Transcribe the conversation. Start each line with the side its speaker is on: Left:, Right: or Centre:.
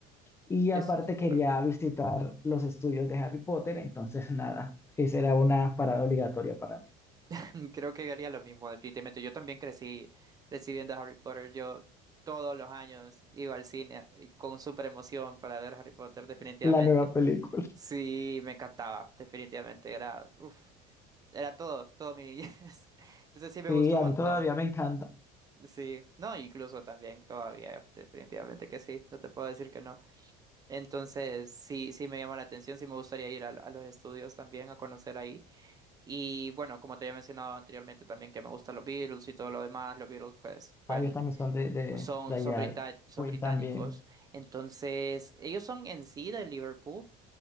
Left: Y
Right: Qué
Left: aparte
Right: súper.
Left: quería visitar los estudios de Harry Potter, entonces nada, esa era una parada obligatoria para mí.
Right: <laughs> Creo que haría lo mismo, definitivamente. Yo también crecí, crecí viendo Harry Potter. Yo todos los años iba al cine y con súper emoción para ver Harry Potter, definitivamente.
Left: La nueva película.
Right: Sí, me encantaba, definitivamente. Era, uf, era todo, todo mi niñez. <laughs> Entonces sí me
Left: Sí,
Right: gustó
Left: a
Right: un montón.
Left: mí todavía me encanta.
Right: Sí, no, incluso también todavía, definitivamente que sí, no te puedo decir que no. Entonces sí, sí me llama la atención, sí me gustaría ir a, a los estudios también a conocer ahí. Y bueno, como te había mencionado anteriormente también que me gustan los Beatles y todo lo demás, los Beatles pues, fueron-
Left: Ah, ellos también son de, de,
Right: son,
Left: de allá,
Right: son, brita-
Left: y
Right: son
Left: Queen
Right: británicos,
Left: también,
Right: entonces ellos son en sí de Liverpool,